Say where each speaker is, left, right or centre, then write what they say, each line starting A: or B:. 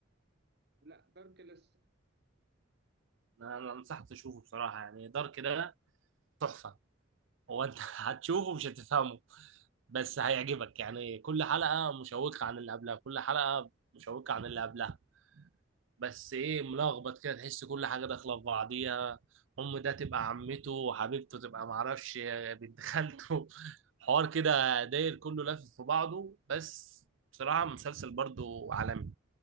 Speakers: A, on the right; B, on the right.
A: لا دارك لسه
B: انا أنا انصحك تشوفه بصراحه يعني دارك ده تحفه هو انت <laughs> هتشوفه مش هتفهمه بس هيعجبك يعني كل حلقة مشوقة عن اللي قبلها كل حلقة مشوقة عن اللي قبلها بس ايه ملخبط كده تحس كل حاجة داخلة في بعضيها أم ده تبقى عمته وحبيبته تبقى معرفش بنت خالته <laughs> حوار كده داير كله لافف في بعضه بس بصراحة مسلسل برضو عالمي